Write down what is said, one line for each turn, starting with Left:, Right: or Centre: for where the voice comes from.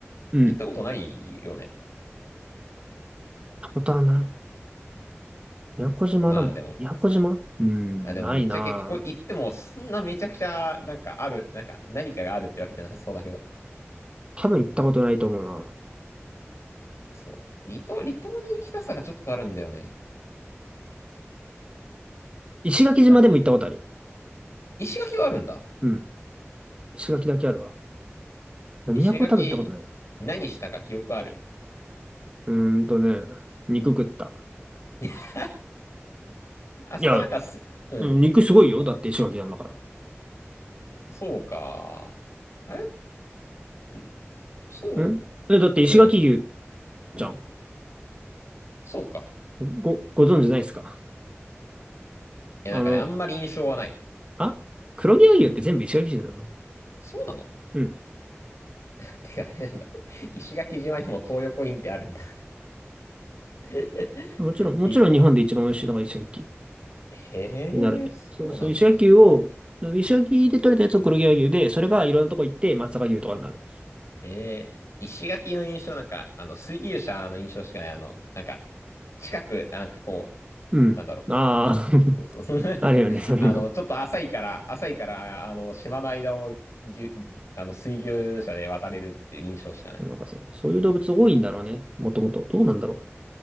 Right: うん。
Left: 行ったことないよね。
Right: 行ったことはない。宮古島だもんな。
Left: まあでも、
Right: 宮古島うん、
Left: あ、でもぶっちゃけここ行ってもそんなめちゃくちゃなんかある、
Right: ないなぁ。
Left: なんか何かがあるってわけじゃなさそうだけど。
Right: 多分行ったことないと思うな。
Left: そう。離島、離島に行きたさがちょっとあるんだよね。
Right: 石垣島でも行ったことあるよ。
Left: なんか、石垣はあるんだ。
Right: うん。石垣だけあるわ。都は多分行ったことないな。
Left: 石垣、何したか記憶ある。
Right: うーんとね、肉食った。
Left: <laughs> あそこなんかす、
Right: いや、
Left: うん。
Right: うん肉すごいよ。だって石垣なんだか
Left: そうか。あれうん。そ
Right: ら。んえ、だって石垣牛
Left: う。うん、なんか、
Right: じゃん。
Left: そうか。
Right: ご、ご存知ないですか
Left: え、
Right: あの、
Left: なんかね、あんまり印象はない。
Right: あ黒毛和牛って全部石垣牛だぞ。
Left: そうなの
Right: うん。
Left: <laughs> てか、あれなんだ。石垣島にも東横インってあるんだ <laughs>
Right: もちろん、もちろん日本で一番美味しいのが石垣牛
Left: び、へえ、
Right: になるで。
Left: そうなんだ。
Right: そう、そう、石垣牛を、石垣で取れたやつを黒毛和牛で、それがいろんなとこ行って松阪牛とかになる。
Left: へえ、石垣の印象なんか、あの、水牛車の印象しかない。あの、なんか、近く、なんかこう、
Right: うん。
Left: なんだろ
Right: あ
Left: う。そうそうそう。<laughs>
Right: あ、<laughs> あるよね、そういうの。
Left: あの、ちょっと浅いから、浅いから、あの、島の間をぎゅ、あの、水牛車で渡れるっていう印象しかない。
Right: なんかそう、そういう動物多いんだろうね。もともと。どうなんだろう。